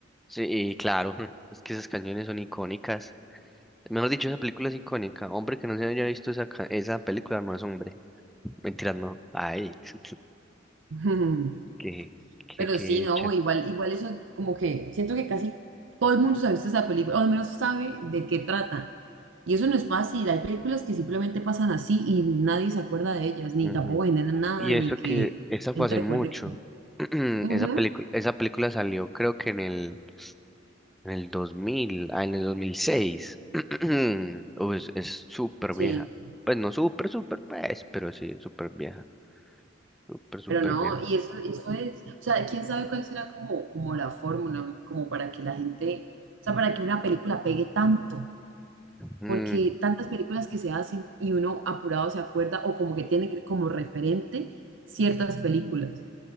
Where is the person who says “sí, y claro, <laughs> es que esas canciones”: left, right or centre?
Centre